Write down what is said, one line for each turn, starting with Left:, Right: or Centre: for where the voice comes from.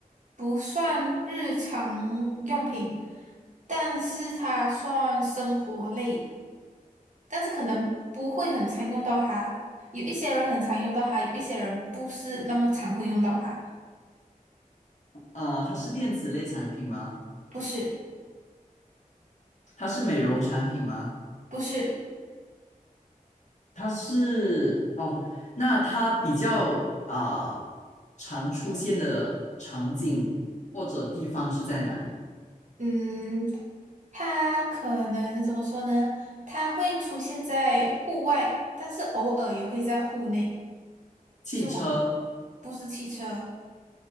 Right: 不算日常用品，但是它算生活类。但是可能不会很常用到它。有一些人很常用到它，有一些人不是那么常会用到它。
Left: 啊、它是电子类产品吗？
Right: 不是，
Left: 它是美容产品吗？
Right: 不是，
Left: 它是哦，那它比较啊、常出现的场景或者地方是在哪里？
Right: 嗯，它可能怎么说呢？它会出现在户外，但是偶尔也会在户内。
Left: 汽车
Right: 就我不是汽车